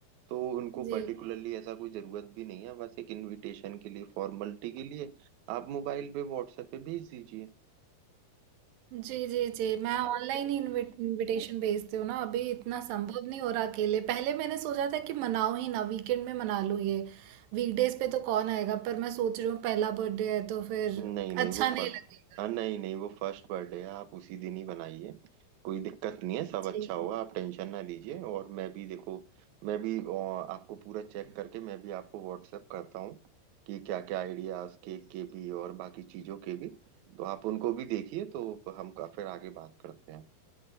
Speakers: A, on the right (about 70°); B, on the right (about 80°).
A: तो उनको
B: जी
A: पर्टिकुलरली ऐसा कोई जरूरत भी नहीं है बस एक इनविटेशन के लिए फॉर्मेलिटी के लिए आप मोबाइल पे व्हाट्सएप पे भेज दीजिए
B: जी जी जी मैं ऑनलाइन ही इनविटेशन भेजती हूँ ना अभी इतना संभव नहीं हो रहा अकेले पहले मैंने सोचा था कि मनाऊं ही ना वीकेंड में मना लूँ ये वीकडेज पे तो कौन आएगा पर मैं सोच रही हूँ पहला बर्थडे है तो फिर
A: नहीं नहीं
B: अच्छा
A: वो
B: नहीं
A: फर्स्ट
B: लगेगा
A: हाँ नहीं नहीं वो फर्स्ट बर्थडे है आप उसी दिन ही बनाइए कोई दिक्कत नहीं है सब
B: जी
A: अच्छा होगा आप टेंशन ना लीजिए और मैं भी देखो मैं भी अ, आपको पूरा चेक करके मैं भी आपको व्हाट्सएप करता हूँ कि क्या क्या आइडियाज केक के भी और बाकी चीजों के भी तो आप उनको भी देखिए तो हम का- फिर आगे बात करते हैं